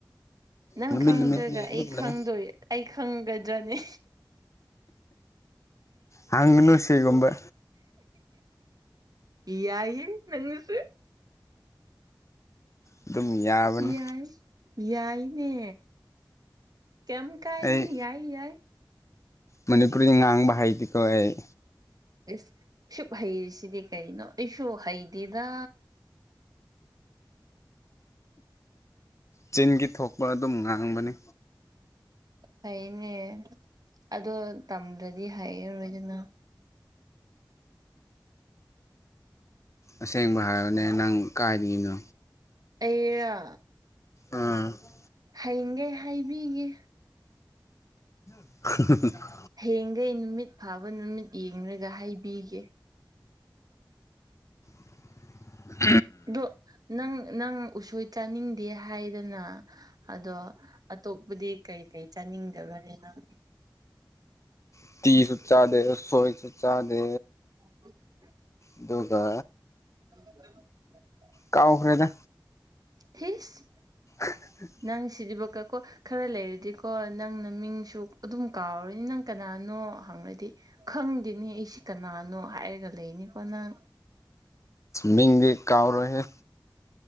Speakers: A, on the right; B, on the left.
A: ꯅꯪ
B: ꯅꯨꯃꯤꯠ
A: ꯈꯪꯗ꯭ꯔꯒ
B: ꯅꯨꯃꯤꯠꯀꯤ ꯑꯗꯨꯝ
A: ꯑꯩ ꯈꯪꯗꯣꯏ
B: ꯂꯩ
A: ꯑꯩ ꯈꯪꯒꯗ꯭ꯔꯅꯦ
B: ꯍꯪꯒꯅꯨ ꯁꯤꯒꯨꯝꯕ
A: ꯏ ꯌꯥꯏ ꯅꯪꯁꯨ
B: ꯑꯗꯨꯝ ꯌꯥꯕꯅꯤ
A: ꯌꯥꯏ ꯌꯥꯏꯅꯦ ꯀꯝ ꯀꯥꯏꯗꯦ
B: ꯑꯩ
A: ꯌꯥꯏ ꯌꯥꯏ
B: ꯃꯅꯤꯄꯨꯔꯤ ꯉꯥꯡꯕ ꯍꯩꯇꯦ ꯀꯣ ꯑꯩ
A: ꯑꯦꯁ ꯁꯨꯛ ꯍꯩꯔꯤꯁꯤꯗꯤ ꯀꯩꯅꯣ ꯑꯩꯁꯨ ꯍꯩꯇꯦꯗ
B: ꯆꯤꯟꯒꯤ ꯊꯣꯛꯄ ꯑꯗꯨꯝ ꯉꯥꯡꯕꯅꯤ
A: ꯐꯩꯅꯦ ꯑꯗꯣ ꯇꯝꯗ꯭ꯔꯗꯤ ꯍꯩꯔꯔꯣꯏꯗꯅ
B: ꯑꯁꯦꯡꯕ ꯍꯥꯏꯌꯣꯅꯦ ꯅꯪ ꯀꯥꯏꯗꯒꯤꯅꯣ
A: ꯑꯩꯔꯣ
B: ꯑꯥ
A: ꯍꯌꯦꯡꯒꯦ ꯍꯥꯏꯕꯤꯒꯦ
B: <unintelligible> <unintelligible>
A: ꯍꯌꯦꯡꯈꯩ ꯅꯨꯃꯤꯠ ꯐꯥꯕ ꯅꯨꯃꯤꯠ ꯌꯦꯡꯂꯡꯒ ꯍꯥꯏꯕꯤꯒꯦ
B: <unintelligible>
A: ꯑꯗꯣ ꯅꯪ ꯅꯪ ꯎꯁꯣꯏ ꯆꯥꯅꯤꯡꯗꯦ ꯍꯥꯏꯗꯅ ꯑꯗꯣ ꯑꯇꯣꯞꯄꯗꯤ ꯀꯩ ꯀꯩ ꯆꯥꯅꯤꯡꯗꯕꯅꯦꯅꯪ
B: ꯎꯠꯇꯤꯁꯨ ꯆꯥꯗꯦ ꯎꯁꯣꯏꯁꯨ ꯆꯥꯗꯦ
A: ꯎ <unintelligible>
B: ꯑꯗꯨꯒ
A: <inaudible>
B: ꯀꯥꯑꯣꯈꯥꯔꯦꯗꯥ
A: ꯊꯁ
B: ꯎ <inaudible>
A: ꯅꯪ ꯁꯤꯗꯤꯕꯀꯣ ꯈꯔ ꯂꯩꯔꯗꯤꯀꯣ ꯅꯪꯅ ꯃꯤꯡꯁꯨ ꯑꯗꯨꯝ ꯀꯥꯎꯔꯅꯤ ꯅꯪ ꯀꯅꯥꯅꯣ ꯀꯅꯥꯅꯣ ꯍꯪꯉꯗꯤ ꯈꯪꯗꯦꯅꯦ ꯑꯩꯁꯤ ꯀꯅꯥꯅꯣ ꯍꯥꯏꯔꯒ ꯂꯩꯅꯤꯀꯣ ꯅꯪ
B: ꯃꯤꯡꯗꯤ ꯀꯥꯎꯔꯣꯏ ꯍꯦ